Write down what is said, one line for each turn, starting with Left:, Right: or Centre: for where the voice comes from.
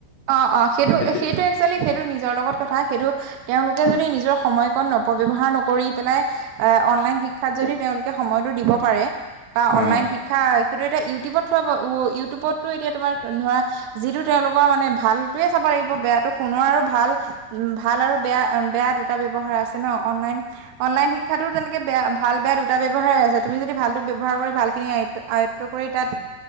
Right: অ অ সেইটো
Left: এতিয়া
Right: সেইটোৱেই একচুৱেলি সেইটো নিজৰ লগত কথা সেইটো তেওঁলোকে যদি নিজৰ সময়কণ অপব্যৱহাৰ নকৰি পেলাই এ অনলাইন শিক্ষাত যদি তেওঁলোকে সময়তো দিব পাৰে বা
Left: হয়
Right: অনলাইন
Left: হয়
Right: শিক্ষা শিক্ষা সেইটো এতিয়া ইউটিউবত থোৱা ইউটিউবতো এতিয়া তোমাৰ ধৰা যিটো তেওঁলোকৰ মানে ভাল টোয়ে চাব লাগিব বেয়াটো ফোনৰ আৰু ভাল উ ভাল আৰু বেয়া বেয়া দুটা ব্যৱহাৰ আছে। ন অনলাইন অনলাইন শিক শিক্ষাটো তেনেকে বেয়া ভাল বেয়া দুটা ব্যৱহাৰ আছে তুমি যদি ভালটো ব্যৱহাৰ কৰি ভালখিনি আয়ত্ব আয়ত্ব কৰি তাত